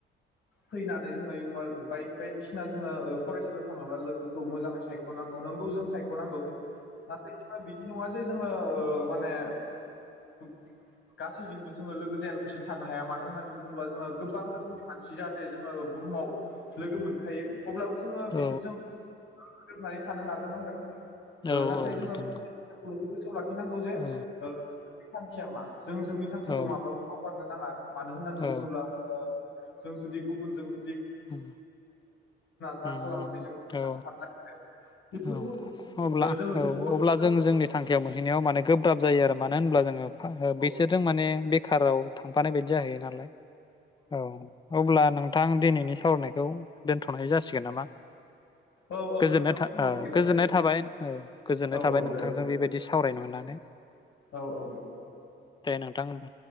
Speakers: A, on the left (about 70°); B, on the left (about 20°).
A: फैनानै जोङो इउमाल बाइक बायदिसिना जोङो ओ फरायसालियाव थाङाब्ला लोगोखौ मोजाङै सायखनांगौ नोंगौ जों सायखनांगौ नाथाय बिदि नङा जे जोङो ओ माने <inaudible> गासैजोंबो जोङो लोगो जायालसेनो थानो हाया मानो होननानै बुङोब्ला जोङो गोबां रोखोमनि मानसि जाहाथे जोङो बुहुमाव लोगो मोनखायो अब्लाबो जोङो
B: औ
A: बिसोरजों गोरोबनानै थानो नाजानांगोन
B: औ
A: ओ नाथाय
B: औ
A: जोङो
B: नोंथां
A: <inaudible> सोआव लाखिनांगौ जे ओ
B: औ
A: नों नोंनि थांखिया मा जों जोंनि थांखिखौ
B: औ
A: माब्लाबा माव गारनो नाङा मानो होननानै
B: औ
A: बुङोब्ला ओ जों जुदि गुबुन जों
B: उम
A: जा
B: उम
A: खालामो बेजों
B: औ
A: थांफानाय बेफोरखौ
B: औ अब्ला
A: जोङो जुदि
B: औ
A: कन्ट्रल
B: अब्ला
A: खालाम
B: जों जोंनि थांखियाव मोनहैनायाव माने गोब्राब जायो आरो मानो होनब्ला जोङो फा
A: औ
B: बिसोरजों माने ए बेखाराव थांफानाय बायदि जाहैयो नालाय औ अब्ला नोंथां दिनैनि सावरायनायखौ दोनथनाय जासि गोन नामा
A: औ औ
B: गोजोननाय
A: नोंथां
B: था
A: समाबो
B: ओ
A: गैला
B: गोजोननाय
A: जिहेथु
B: थाबाय औ गोजोननाय
A: औ
B: थाबाय
A: औ
B: नोंथांजों
A: दे
B: बेबायदि सावरायनो मोननानै
A: औ औ
B: दे नोंथां ओनबा।